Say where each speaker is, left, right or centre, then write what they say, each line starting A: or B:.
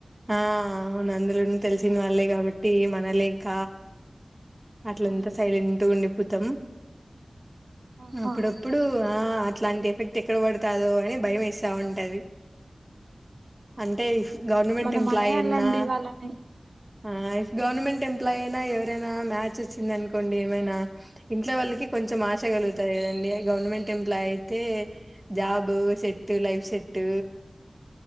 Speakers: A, on the right; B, on the right.
A: ఆ అవును అందులో తెలిసిన వాళ్ళే కాబట్టి ఏమనలేక అట్లంతా
B: ఆ!
A: సైలెంట్గ ఉండి పో తం
B: ఆహా
A: అప్పుడప్పుడు ఆ ఇట్లాంటి ఎఫెక్ట్ ఎక్కడ పడుతందో అని భయం ఇేస్తా ఉంటది
B: ఆ!
A: అంటే గవర్నమెంట్
B: మనం
A: ఎంప్లాయీ
B: అనేయాలండి
A: అన్నా
B: వాళ్ళని
A: ఆ ఇఫ్ గవర్నమెంట్ ఎంప్లాయనా ఎవరేనా మ్యాచ్ చ్ వచ్చింది అనుకోండి ఏమైనా ఇంట్లో వాళ్ళకి కొంచెం ఆశగలుగుతాయి కదండి గవర్నమెంట్ ఎంప్లాయ్ అయితే జాబ్ సెట్ లైఫ్ సెట్